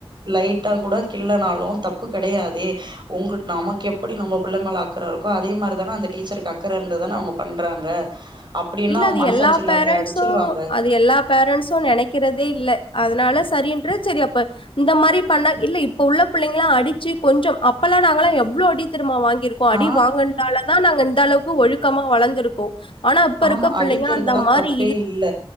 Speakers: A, on the right; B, on the left.
A: லைட்டா கூட கிள்ளனாலூ தப்பு கெடையாதே உங்க நமக் எப்படி நம்ம பிள்ள மேல அக் கற இருக்கோ அதே மாரி தானே அந்த டீச்சருக்கு அக்கற இருந்துதானே அவங்க பண்றாங்க அப்டின்னா
B: இல்ல அது
A: மனசாட்சி
B: எல்லா
A: இல்லாதய
B: பேரண்ட்ஸூ
A: அடிச்சிருவாங்க
B: அது எல்லா பேரண்ட்ஸூ நெனைக்கிறதே இல்ல அதனால சரின்ற சரி அப்ப இந்த மாரி பண்ணா இல்ல இப்ப உள்ள பிள்ளைங்களா அடிச்சி கொஞ்சும் அப்பெல்லா நாங்கலா எவ்ளோ அடி தெருமா வாங் இருக்கு அடி
A: ஆ
B: வாங்கினதால தா நாங்க இந்த அளவுக்கு ஒழுக்கமா வளர்ந்திருக்கோ ஆனா இப்ப
A: ஆமா
B: இருக்க
A: அடிக்கிறதெல்லாம்
B: பிள்ளைங்க அந்த மாரி
A: தப்பே இல்ல